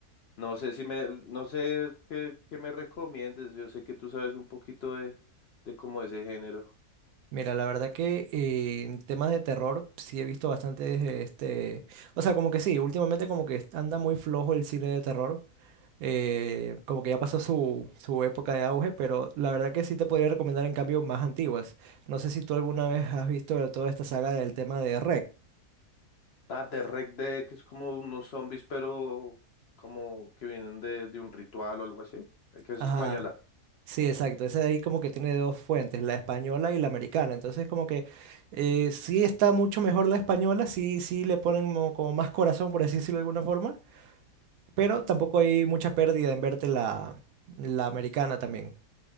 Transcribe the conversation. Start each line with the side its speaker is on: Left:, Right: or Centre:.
Left: no sé si me, no sé qué, qué me recomiendes, yo sé que tú sabes un poquito de, de como ese género.
Right: Mira, la verdad que eh, en temas de terror sí he visto bastantes, eh, este, o sea, como que sí, últimamente como que est- anda muy flojo el cine de terror, eh, como que ya pasó su, su época de auge, pero la verdad que sí te podría recomendar en cambio más antiguas. No sé si tú alguna vez has visto toda esta saga del tema de REC.
Left: Ah, de Rec Dead, que es como unos zombies, pero como que vienen de, de un ritual o algo así, que es
Right: Ajá.
Left: española.
Right: Sí, exacto. Ese de ahí como que tiene dos fuentes, la española y la americana. Entonces como que eh, sí está mucho mejor la española, sí, sí le ponen mo- como, más corazón, por así decirlo de alguna forma, pero tampoco hay mucha pérdida en verte la, la americana también.